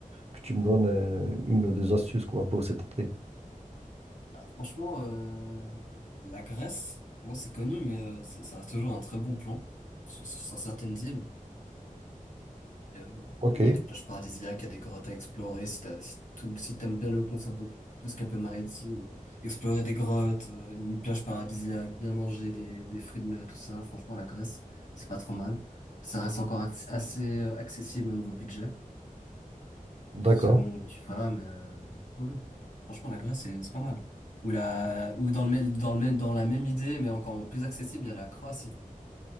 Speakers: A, on the right (about 45°); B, on the left (about 65°).
A: que tu me donnes euh, une ou deux astuces quoi, pour cet été.
B: franchement, euh, la Grèce, bon, c'est connu, mais euh, ça, ça reste toujours un très bon plan sur, sur certaines îles. Euh,
A: OK,
B: Il y a des plages paradisiaques, il y a des grottes à explorer. Si t'as, si tout, si t'aimes bien le concept, un peu- tout ce qui est un peu maritime, euh, explorer des grottes, euh, une plage paradisiaque, bien manger des, des fruits de mer et tout ça. Franchement, la Grèce, c'est pas trop mal. Ça reste encore acc- assez euh, accessible au niveau budget,
A: d'accord.
B: selon où tu vas, mais euh, oui. oui. Franchement, la Grèce, c'est c'est pas mal. Ou la, ou dans le même, dans le même, dans la même idée, mais encore plus accessible, il y a la Croatie.